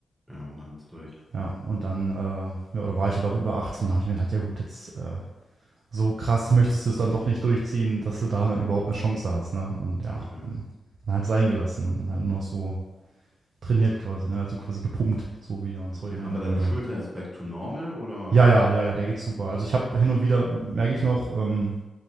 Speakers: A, in the centre; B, on the right.
A: Ja, und dann ist durch.
B: Ja, und dann äh, ja, da war ich halt auch über 18, da habe ich mir gedacht, ja gut, jetzt äh, so krass möchtest du es dann doch nicht durchziehen, dass du da ne, überhaupt eine Chance hast, ne? Und ja,
A: Okay.
B: dann, dann halt sein gelassen und dann halt nur noch so trainiert quasi, ne? also quasi gepumpt, so wie man es
A: Okay.
B: heute nennen
A: Aber deine
B: würde.
A: Schulter ist back to normal oder?
B: Ja, ja, ja, ja, der geht super. Also ich habe hin und wieder, merke ich noch, ähm,